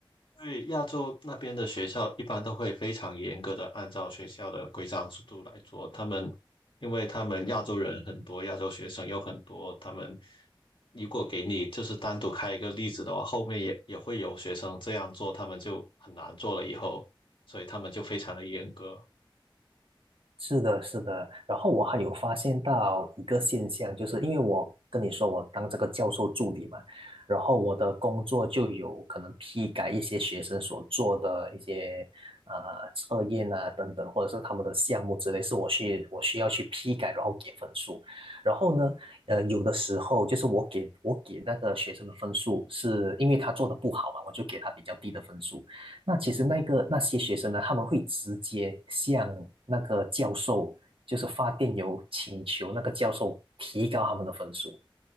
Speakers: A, on the left; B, on the right.
A: 对，亚洲那边的学校一般都会非常严格的按照学校的规章制度来做。他们，因为他们亚洲人很多，亚洲学生有很多，他们如果给你就是单独开一个例子的话，后面也也会有学生这样做，他们就很难做了以后，所以他们就非常的严格。
B: 是的，是的。然后我还有发现到一个现象，就是因为我跟你说我当这个教授助理嘛，然后我的工作就有可能批改一些学生所做的一些呃测验啊等等，或者是他们的项目之类，是我去我需要去批改，然后给分数。然后呢，呃，有的时候就是我给我给那个学生的分数，是因为他做的不好嘛，我就给他比较低的分数。那其实那个那些学生呢，
A: 嗯。
B: 他们会直接向那个教授，就是发电邮请求那个教授提高他们的分数。